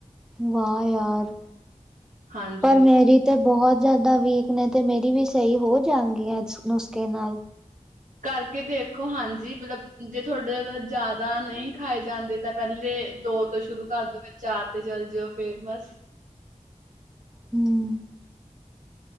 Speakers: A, in the centre; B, on the right.
A: ਵਾਹ ਓ ਯਾਰ
B: ਹਾਂਜੀ
A: ਪਰ ਮੇਰੀ। ਤੇ ਬਹੁਤ ਜ਼ਿਆਦਾ ਵੀਕ ਨੇ ਤੇ ਮੇਰੀ ਵੀ ਸਹੀ ਹੋ ਜਾਣਗੀਆਂ ਇਸ ਨੁਸਖੇ ਨਾਲ।
B: ਕਰਕੇ ਦੇਖੋ ਹਾਂਜੀ, ਮਤਲਬ ਜੇ ਤੁਹਾਡੇ ਮਤਲਬ ਜ਼ਿਆਦਾ ਨਹੀਂ ਖਾਏ ਜਾਂਦੇ ਤਾਂ। ਪਹਿਲੇ ਦੋ ਤੋਂ ਸ਼ੁਰੂ ਕਰ ਦੋ, ਫਿਰ ਚਾਰ ਤੇ ਚੱਲ ਜਾਓ ਫੇਰ ਬਸ।
A: ਹੂੰ